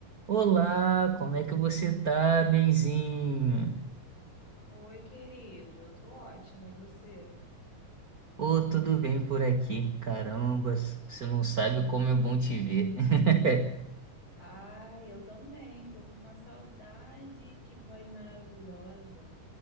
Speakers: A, on the right; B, on the left.
A: Olá, como é que você tá, benzinho?
B: Oi, querido, eu tô ótima, e você?
A: Ô, tudo bem por aqui? Caramba, você não sabe como é bom te ver. <laughs>
B: Ai, eu também, tô com uma saudade, que voz maravilhosa.